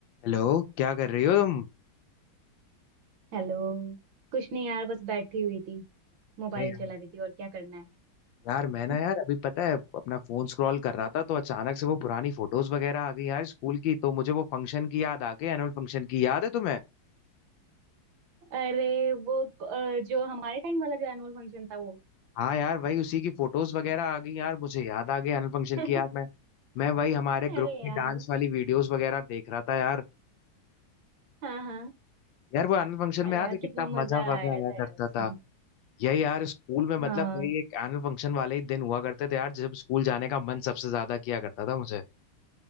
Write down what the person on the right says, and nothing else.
Hello कुछ नहीं यार बस बैठी हुई थी मोबाइल
चला रही थी और क्या करना है
<laughs>
अरे वो अ, जो हमारे टाइम वाला जो एनुअल फंक्शन था वो
<laughs>
अरे
यार
हाँ हाँ
अरे
यार
कितना मजा
आया
था
यार उसमें
हाँ